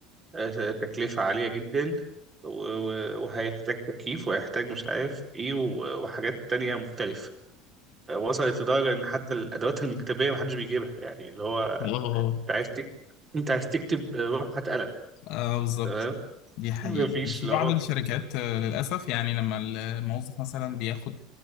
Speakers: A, on the right; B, on the left.
A: آه، تكلفة عالية جدا و- و- وهيحتاج تكييف وهيحتاج مش عارف ايه و- وحاجات تانية مختلفة آه، وصلت لدرجة ان حتى الادوات المكتبية محدش بيجيبها يعني اللي هو
B: اه آه.
A: انت عايز تكتب انت عايز تكتب آه، روح هات قلم
B: اه بالظبط
A: تمام
B: دي
A: <laughs>
B: حقيقة
A: مفيش
B: في
A: اللي
B: بعض
A: هو
B: الشركات آه، للأسف يعني لما الموظف مثلا بياخد